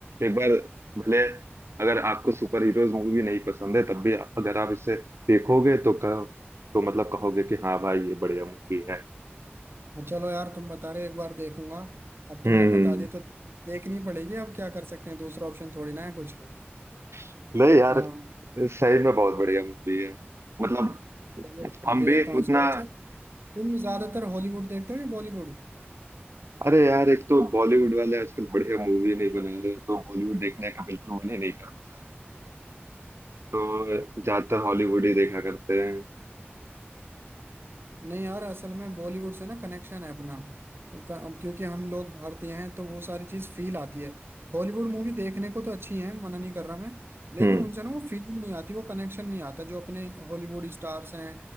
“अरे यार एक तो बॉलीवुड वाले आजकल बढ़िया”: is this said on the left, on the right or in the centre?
Right